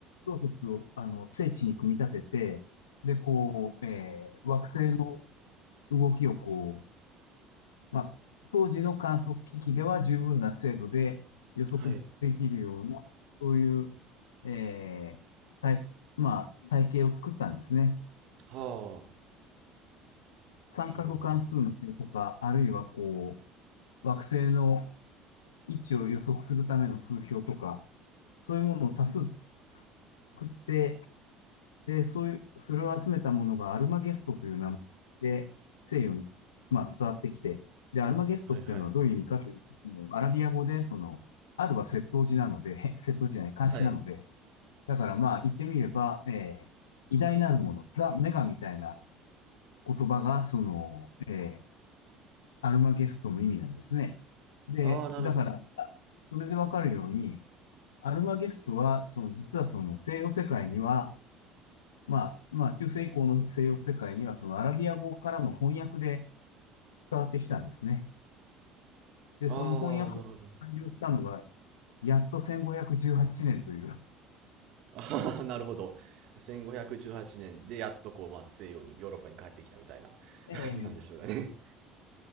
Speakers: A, on the left; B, on the right.
A: 洞窟を、あの、聖地に組み立てて、で、こう、えー惑星の動きをこう、まあ、当時の観測機器では十分な精度で予測できるような、
B: はい。
A: そういう、えー体、まあ、体系を作ったんですね。
B: は
A: 三角関数の表とか、
B: あ。なるほど。
A: あるいはこう、惑星の位置を予測するための数標とか、そういうものを多数作って、で、そういう、それを集めたものがアルマゲストという名前で西洋に、まあ、伝わってきて、で、アルマゲストっていうのはどういう意味かというと、
B: はいはい。
A: アラビア語で、その、アルは窃盗時なので、<laughs> 窃盗時じゃない、監視なので、
B: はい。
A: だからまあ言ってみれば、えー、偉大なるもの、ザ・メガみたいな言葉が、その、えー、アルマゲストの意味なんですね。で、
B: ああ、なる、
A: だから、それでわかるように、アルマゲストは、その実はその西洋世界には、まあ、まあ中世以降の西洋世界には、そのアラビア語からの翻訳で伝わってきたんですね。で、
B: ああ、
A: その翻訳が完了したのが、
B: なるほどね。
A: やっと1518年という。
B: ああ、<laughs> なるほど。1518年でやっとこう、まあ、西洋に、ヨーロッパに帰ってきたみたいな <laughs>
A: ええ
B: 感じなんでしょうかね。